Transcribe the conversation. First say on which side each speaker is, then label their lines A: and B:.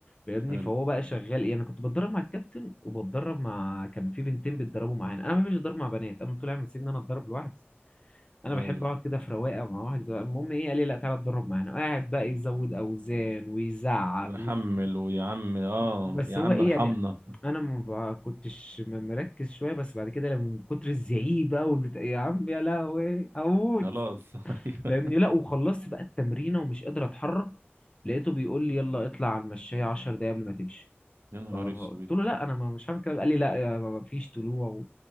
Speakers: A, on the left; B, on the right.
A: فاهمني
B: حلو
A: فهو بقى شغال يعني كنت بتدرب مع الكابتن وبتدرب مع كان في بنتين بيتدربوا معانا انا ما بحبش اتدرب مع بنات انا طول عمري مسيب ان انا اتدرب لوحدي انا
B: ايوه
A: بحب اقعد كده في رواقه مع واحد المهم ايه قال لي لا تعالى اتدرب معانا قاعد بقى يزود اوزان ويزعق
B: ويحمل ويا عم اه
A: بس
B: يا
A: هو
B: عم
A: ايه
B: ارحمنا
A: يعني انا ما ب- كنتش م- مركز شويه بس بعد كده لما من كتر الزعيق بقى والبتاع يا عم يا لهوي هموت
B: خلاص <laughs> ايوه
A: فاهمني لا وخلصت بقى التمرينه ومش قادر اتحرك لقيته بيقول لي يلا اطلع على المشايه 10 دقايق قبل ما تمشي
B: يا نهار
A: ف- قلت
B: اسود
A: له لا انا ما- مش هعمل كده قال لي لا يا ما ما فيش طلوع و...